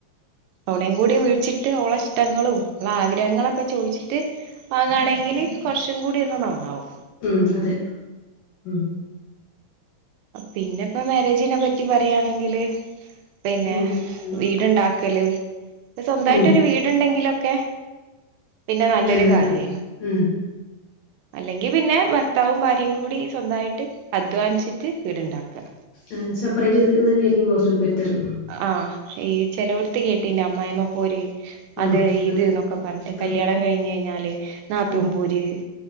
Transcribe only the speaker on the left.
ഉം അതെ ഉം
ഉം ഉം
ഉം
നല്ലതാണ്
ഉം
ഏഹ് സപ്പറേറ്റ് നിക്കുന്നന്നെ ആയിരിക്കും കൊറചൂടി ബെറ്ററ്
ഉം
അതെ
ഉം
ഉം